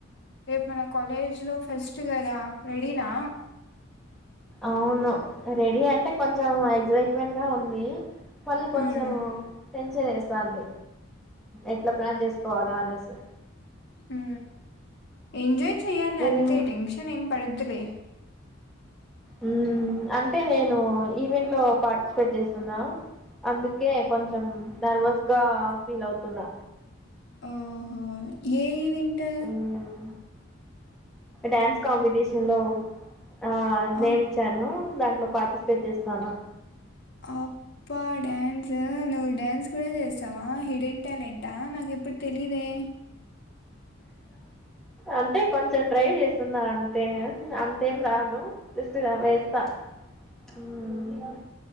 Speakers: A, on the left (about 60°); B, in the centre.
A: రేపు మన కాలేజ్ లో ఫస్ట్ కదా రెడీనా
B: అవును రెడీ అంటే కొంచెం ఎగ్జైట్మెంట్ గా ఉంది పళ్ళు కొంచెం
A: ఉమ్
B: సిన్స్ సరే సార్డి ఎట్లా ప్లాన్ చేసుకోవాలా అనేసి
A: ఆ ఎంజాయ్ చెయాలి
B: నేను
A: అంతే టెన్షన్ ఏం పడవద్దులే
B: ఉమ్ అ అ నేను ఈవెంట్ లో పాార్ట్ ఎక్స్పెట్ చేస్తుందా అందుకే కొంచెం నర్వస్ గా ఫీల్ అవుతున్నా
A: ఆహో ఏ అంటే
B: మ్మ్ డ్యాన్స్ కాంపిటీషన్ లో ఆ
A: ఆ
B: నేమ్ ఇచ్చాను దాంట్లో పార్టిసిపేట్ చేస్తా చాల
A: అబ్బా డ్యాన్స్ నువ్వు డ్యాన్స్ కూడా చేస్తా అవా హిడెన్ ట్యాలెంటా నా ఎప్పుడు తెలీదే
B: అంటే కొంచెం ట్రై చేస్తున్నా అంతే అంతేం రాదు జస్ట్ వేస్తా మ్మ్